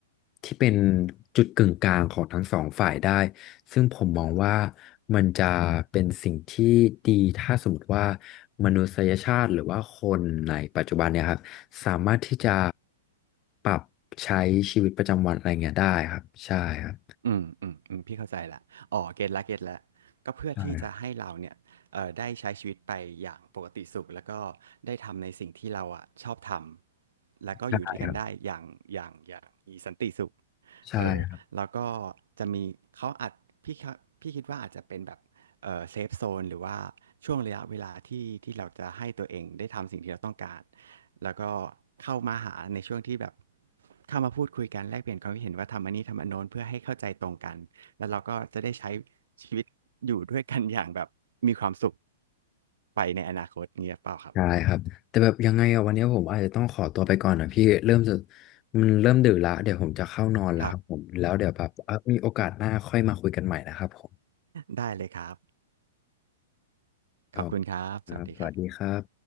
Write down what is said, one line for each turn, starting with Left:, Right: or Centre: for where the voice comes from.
Left: ที่เป็นจุดกึ่งกลางของทั้งสองฝ่ายได้ซึ่งผมมองว่ามันจะเป็นสิ่งที่ดีถ้าสมมติว่ามนุษยชาติหรือว่าคนในปัจจุบันเนี่ยครับสามารถที่จะปรับใช้ชีวิตประจำวันอะไรเงี้ยได้ครับใช่ครับ
Right: อืมอืมอืมพี่เข้าใจละอ๋อเก็ตละเก็ตละก็เพื่อที่จะให้เราเนี่ยเอ่อได้ใช้ชีวิตไปอย่างปกติสุขแล้วก็ได้ทำในสิ่งที่เราอ่ะชอบทำแล้วก็อยู่ด้วยกันได้อย่างอย่างอย่างมีสันติสุข
Left: ใช่ครับใช่ครับใช่ครับ
Right: เออแล้วก็จะมีเขาอาจพี่ครับพี่คิดว่าอาจจะเป็นแบบเออเซฟโซนหรือว่าช่วงระยะเวลาที่ที่เราจะให้ตัวเองได้ทำสิ่งที่เราต้องการแล้วก็เข้ามาหาในช่วงที่แบบเข้ามาพูดคุยกันแลกเปลี่ยนความคิดเห็นว่าทำอันนี้ทำอันโน้นเพื่อให้เข้าใจตรงกันแล้วเราก็จะได้ใช้ชีวิตอยู่ด้วยกันอย่างแบบมีความสุขไปในอนาคตเงี้ยเปล่าครับ
Left: ได้ครับแต่แบบยังไงอะวันนี้ผมอาจจะต้องขอตัวไปก่อนนะพี่เริ่มจะมันเริ่มดึกละเดี๋ยวผมจะเข้านอนแล้วครับผมแล้วเดี๋ยวแบบเอ่อมีโอกาสหน้าค่อยมาคุยกันใหม่นะครับผม
Right: ครับได้เลยครับ
Left: ครับ
Right: ขอบคุณครับสวัสดีครับ
Left: ครับสวัสดีครับ